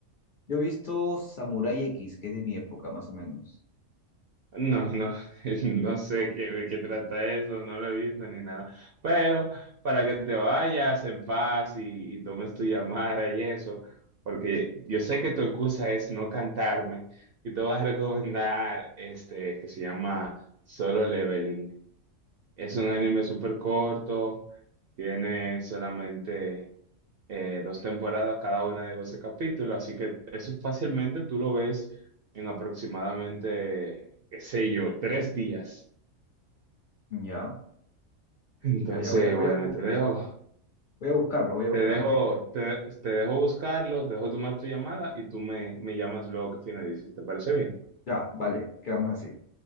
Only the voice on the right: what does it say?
No, no, <laughs> no sé qué, de qué trata eso, no lo he visto ni nada. Pero para que te vayas en paz y, y tomes tu llamada y eso, porque yo sé que tu excusa es no cantarme y te voy a recomendar este que se llama Solo Leveling. Es un anime súper corto, tiene solamente eh, dos temporadas, cada una de 12 capítulos, así que eso fácilmente tú lo ves en aproximadamente, qué sé yo, tres días.
<laughs> Entonces,
bueno,
te dejo,
te dejo, te, te dejo buscarlo, te dejo tomar tu llamada y tú me, me llamas luego que finalices. ¿Te parece bien?